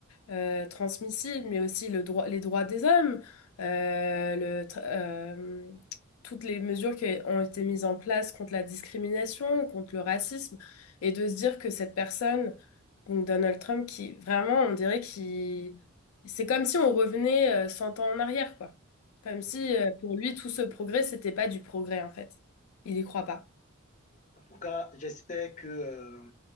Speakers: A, on the left; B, on the left.
A: euh, transmissibles, mais aussi le droit, les droits des hommes, euh, le tra- euh, toutes les mesures qui ont été mises en place contre la discrimination, contre le racisme, et de se dire que cette personne donc Donald Trump qui, vraiment, on dirait qu'il... C'est comme si on revenait euh, 100 ans en arrière, quoi. Comme si euh, pour lui, tout ce progrès, c'était pas du progrès, en fait. Il y croit pas.
B: En tout cas, j'espère que euh,